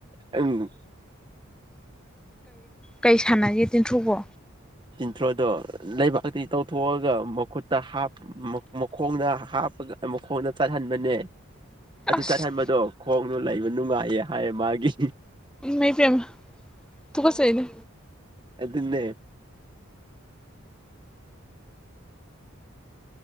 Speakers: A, on the right; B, in the centre.
A: ꯎꯝ
B: ꯀꯩ ꯁꯥꯟꯅꯁꯤꯦ ꯇꯟꯊꯣꯛꯀꯣ
A: ꯆꯤꯟꯊ꯭ꯔꯣꯗꯣ ꯂꯩꯕꯥꯛꯛꯇꯤ ꯇꯧꯊꯣꯛꯑꯒ ꯃꯈꯨꯠꯇ ꯍꯥꯞ ꯈꯣꯡꯗ ꯍꯥꯞꯄꯒ ꯃꯈꯣꯡꯗ ꯆꯠꯍꯟꯕꯅꯦ ꯑꯗꯨ
B: ꯑꯁ
A: ꯆꯠꯍꯟꯕꯗꯣ ꯈꯣꯡꯗꯣ ꯂꯩꯕ ꯅꯨꯡꯉꯥꯏꯌꯦ ꯍꯥꯏꯌꯦ ꯃꯥꯒꯤ
B: ꯃ ꯄꯃ ꯇꯨ ꯀꯁ ꯑꯩꯅ
A: ꯑꯗꯨ ꯑꯗꯨꯟꯅꯦ